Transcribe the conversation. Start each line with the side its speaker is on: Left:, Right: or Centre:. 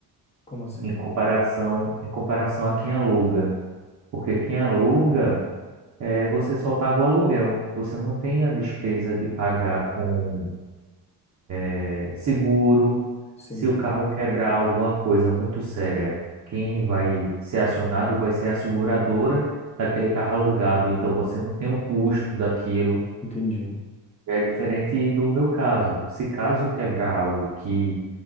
Left: Como assim?
Right: em comparação, em comparação a quem aluga. Porque quem aluga é, você só paga o aluguel. Você não tem a despesa de pagar com é, seguro.
Left: Sim,
Right: Se o carro quebrar alguma coisa muito séria, quem vai ser acionado vai ser a seguradora daquele carro alugado. Então você não tem o custo daquilo.
Left: entendi.
Right: É diferente do meu caso. Se caso quebrar algo que